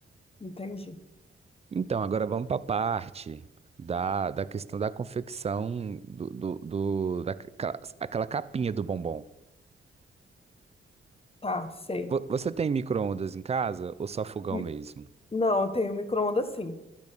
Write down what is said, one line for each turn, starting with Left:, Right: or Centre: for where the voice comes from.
Left: entendi.
Right: Então, agora vamos para a parte da, da questão da confecção do, do, do- da, ca- aquela capinha do bombom.
Left: Tá, sei.
Right: Vo- Você tem micro-ondas em casa ou só fogão
Left: Mi-
Right: mesmo?
Left: Não, eu tenho micro-ondas sim.